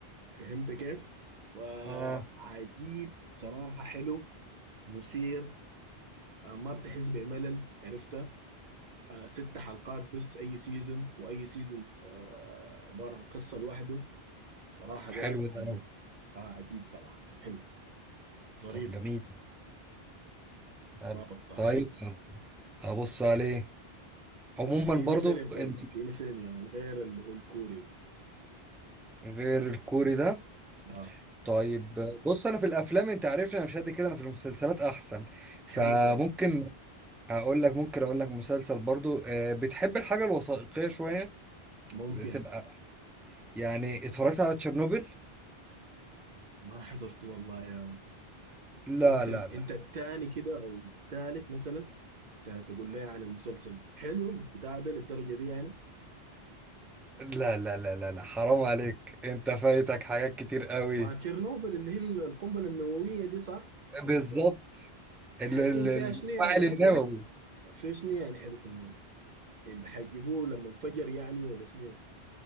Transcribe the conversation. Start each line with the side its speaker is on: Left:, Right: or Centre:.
Right: فهمت كيف؟ وعجيب
Centre: آه.
Right: صراحة حلو مثير آه، ما بتحس بملل عرفت آه ست حلقات بس اي سيزون واي سيزون آه عباره عن قصه لوحده صراحه
Centre: طب حلو
Right: ده
Centre: ده
Right: عجيب
Centre: أوي.
Right: اه عجيب صراحه حلو ظريف
Centre: طب جميل
Right: ده
Centre: حلو
Right: ما بطال
Centre: طيب حلو. هبص عليه عموما
Right: اديني
Centre: برضو
Right: فيلم
Centre: ال-
Right: طيب اديني فيلم يا من غير اللي هو الكوري ده
Centre: غير الكوري ده
Right: اه
Centre: طيب بص انا في الافلام انت عارفني انا مش قد كده انا في المسلسلات احسن
Right: حلو
Centre: فممكن
Right: طيب
Centre: هقول لك ممكن اقول لك مسلسل برضو آه، بتحب الحاجه الوثائقيه شويه
Right: ممكن
Centre: تبقى يعني اتفرجت على تشيرنوبل
Right: ما حضرته والله يا من
Centre: لا
Right: انت
Centre: لا
Right: ال...
Centre: لا
Right: انت الثاني كده او الثالث مثلا ت- تقول لي عن المسلسل ده حلو بتاع ده للدرجه دي يعني
Centre: لا لا لا لا لا حرام عليك انت فايتك حاجات كتير قوي
Right: ما تشيرنوبل اللي هي القنبله النوويه دي صح ولا
Centre: بالظبط ال-
Right: حيكون
Centre: ال-
Right: فيها
Centre: المفاعل
Right: شنو يعني حلو
Centre: النووي
Right: يا من في شنو يعني حلو في الموضوع اللي حيجيبوه لما انفجر يعني ولا شنو يعني؟